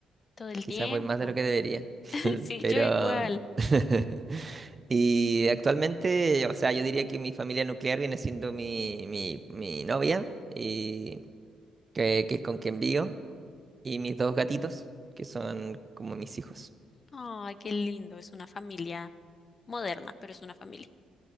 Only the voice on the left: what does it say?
Todo el
tiempo.
<laughs>
Sí,
yo igual.
Ay, qué lindo. Es una familia moderna, pero es una familia.